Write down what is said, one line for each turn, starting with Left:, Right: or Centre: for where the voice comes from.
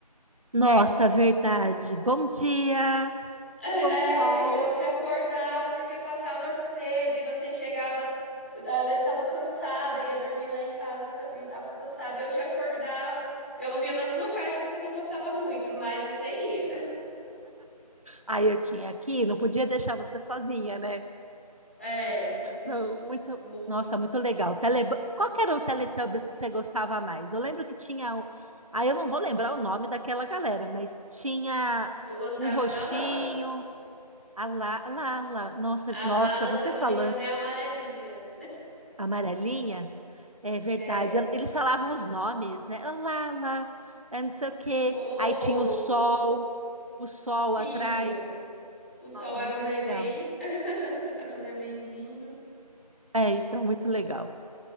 Right: Nossa, verdade. Bom dia,
Left: É,
Right: o sol.
Left: eu te acordava porque passava cedo e você chegava, às vezes estava cansada, ia dormir lá em casa ca- e estava cansada. E eu te acordava, eu via na sua cara que você não gostava muito, mas você ia.
Right: Aí eu tinha aqui, não podia deixar você sozinha, né?
Left: É, assisti.
Right: Não, muito,
Left: Eu,
Right: nossa, muito legal. Tele... Qual que era o Teletubbies que você gostava mais? Eu lembro que tinha. o- Ah, eu não vou lembrar o nome daquela galera, mas tinha
Left: eu gostava
Right: um roxinho.
Left: da Lala.
Right: A lá, lá, lá. Nossa,
Left: A
Right: nossa,
Left: Lala,
Right: você
Left: se eu
Right: falando
Left: não me engano, é amarelinha.
Right: amarelinha, é verdade.
Left: É.
Right: Eles falavam os nomes, né? A Lá, lá, é não sei o quê.
Left: Pô,
Right: Aí tinha o sol, o sol
Left: tinha.
Right: atrás.
Left: O sol
Right: Nossa,
Left: era
Right: muito
Left: um neném,
Right: legal.
Left: <laughs> era um nenenzinho.
Right: É, então, muito legal.